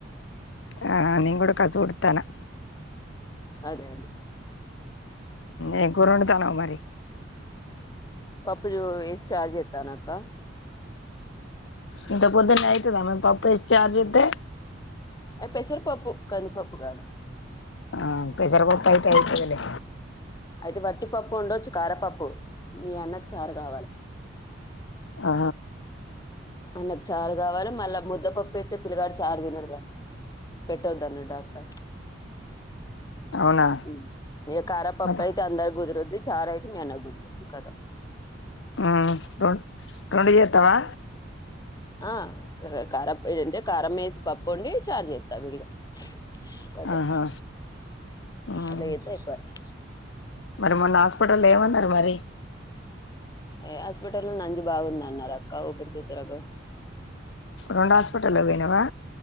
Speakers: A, on the left (about 70°); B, on the left (about 20°).
A: ఆ నేను కూడా కసుడుతనా
B: అదే అదే
A: ఏం కూరోన్డుతనావ్ మరి
B: పప్పు జొ చార్జెత్తానాకా
A: ఇంత పొద్దున్నే ఐతదా మరి పపేస్ చార్జుతే
B: ఎ పెసరు పపు కంది పపు కాదు
A: ఆ పెసర్ పప్ప అయితే అయితదిలే
B: అయితే వట్టిపప్పు ఉండొచ్చు కారపప్పు మీ అన్నకి చారు కావాలె
A: ఆ
B: అయినకు చారు కావాలి మళ్ళా ముద్దపప్పు ఎత్తే పిల్లగాడు చారు తినడుగా పెట్టొద్ అన్నడు డాక్టర్
A: అవునా
B: మ్ ఇహ కారపప్పుఅయితే
A: మరి
B: అందరకుదిరిద్ది <unintelligible> చాతే మ్యా అన్న గుజరాత ద కద
A: మ్ రెండు చేత్తావా
B: ఆ కారప్పొడి ఉంటె కారం వేసి పప్పుఒండి చారు చేత్తా విడిగా వద్దు
A: ఆహా ఉమ్
B: అది అయితే అయిపోద్ది
A: మరి మొన్న హాస్పిటల్ లొ ఏమన్నారు మరి
B: ఏ హాస్పిటల్ లో నంజి బాగుంది అన్నారు అక్క ఊపిరితిత్తులకు
A: రెండు హాస్పిటల్లో పోయినావా